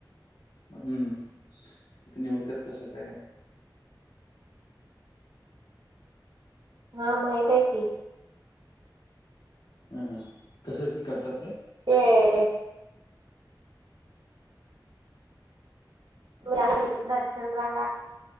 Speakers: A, on the left (about 70°); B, on the right (about 80°).
A: हम्म, तिथं निवडत्यात कसं काय?
B: हा, माहित हाय की,
A: हं हं, कसाशी करतात ते
B: ते मिळाली दर्शन रांगा